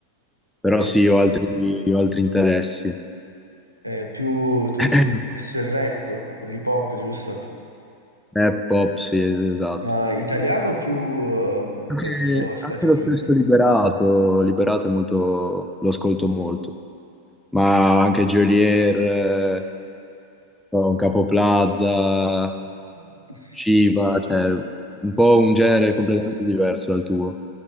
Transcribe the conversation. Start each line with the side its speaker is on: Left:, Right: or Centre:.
Centre: Però
Right: Eh,
Centre: sì, ho altri, ho altri interessi.
Right: eh, più, tu,
Centre: <coughs>
Right: verso
Centre: <clears throat>
Right: il rap, o l'hip hop, giusto?
Centre: Rap, pop, sì, esatto.
Right: Ma italiano o più eh,
Centre: Anche,
Right: verso Stati
Centre: anche lo
Right: Uniti?
Centre: stesso Liberato, Liberato è molto, lo ascolto molto, ma anche Geolier, eh, un Capo Plaza,
Right: <laughs>
Centre: Shiva, cioè un po' un genere completamente diverso dal tuo.